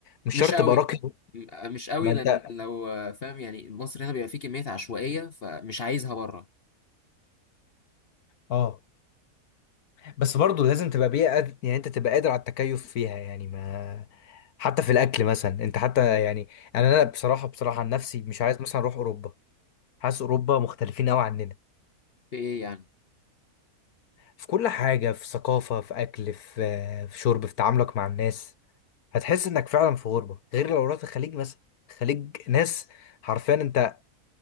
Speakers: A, on the left; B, on the left.
A: مش
B: مش
A: شرط
B: قوي
A: تبقى راقي
B: م- مش قوي
A: ما انت
B: لأن لو فاهم يعني مصر هنا بيبقى فيه كمية عشوائية فمش عايزها بره
A: اه بس برضه لازم تبقى بيئة قاد- يعني انت تبقى قادر على التكيف فيها يعني ما حتى في الاكل مثلا انت حتى يعني انا انا بصراحة بصراحة عن نفسي مش عايز مثلا اروح اوروبا حاسس اوروبا مختلفين قوي عننا
B: في إيه يعني
A: في كل حاجة في ثقافة في اكل في في شرب في تعاملك مع الناس هتحس انك فعلا في غربة غير لو رحت الخليج مثلا الخليج ناس حرفيا انت